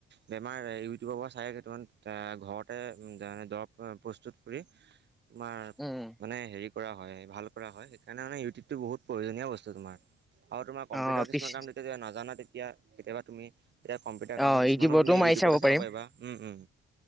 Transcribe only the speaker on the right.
বেমাৰ ইউটিউবৰ পৰা চায় দেখোন কিছুমান ঘৰতে দৰৱ প্ৰস্তুত কৰি তোমাৰ
মানে হেৰি কৰা হয়। ভাল কৰা হয় সেইকাৰণে মানে ইউটিউবটো বহুত প্ৰয়োজনীয় বস্তু তোমাৰ। আৰু তোমাৰ কম্পিউটাৰ
কিছুমান
কাম যেতিয়া নাজানা তেতিয়া কেতিয়াবা তুমি এতিয়া কম্পিউটাৰ
কামৰ কিছুমানো
তুমি
ইটিউবতে
চাব পাৰিবা উম উম।